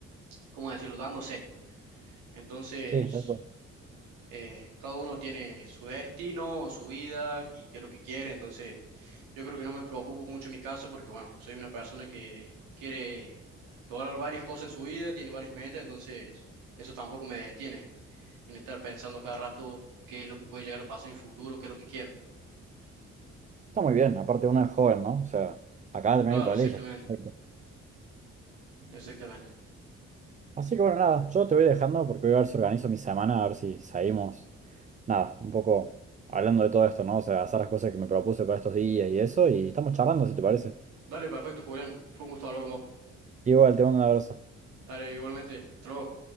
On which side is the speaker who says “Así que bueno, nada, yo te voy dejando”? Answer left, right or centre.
Right